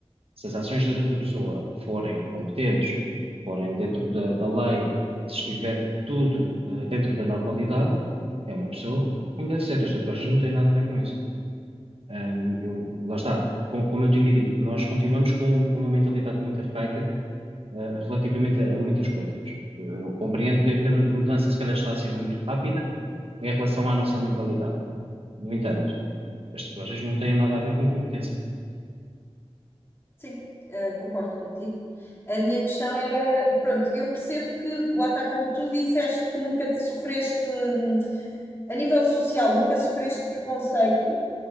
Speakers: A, on the right; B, on the left.
A: Se as ações da, da pessoa forem competentes, forem dentro da, da lei, se estiver tudo, ah, dentro da normalidade, é uma pessoa como deve ser. As tatuagens não têm nada a ver com isso. Ahm, eu, lá está. Com- Como eu tinha dito, nós continuamos com, com uma mentalidade muito arcaica eh, relativamente a, a muitas coisas. Eu, eu compreendo que, que a que a mudança se calhar está a ser muito rápida em relação à nossa mentalidade. No entanto, as tatuagens não têm nada a ver com competência.
B: Sim, eh, concordo contigo. A minha questão era, pronto, eu percebo que, lá está, como tu disseste, que nunca te sofreste, hum, a nível social, nunca sofreste preconceito.